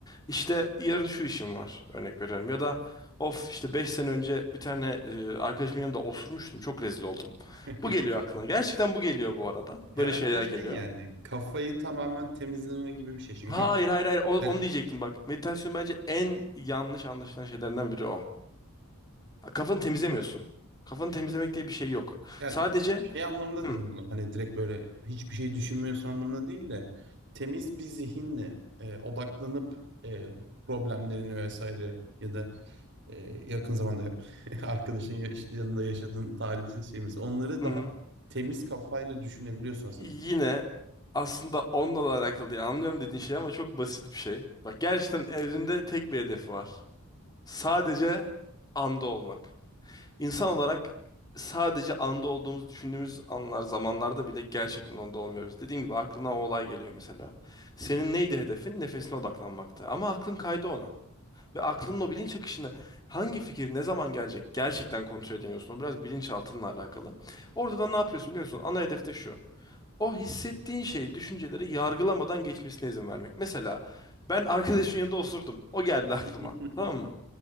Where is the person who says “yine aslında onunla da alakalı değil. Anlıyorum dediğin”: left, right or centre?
Left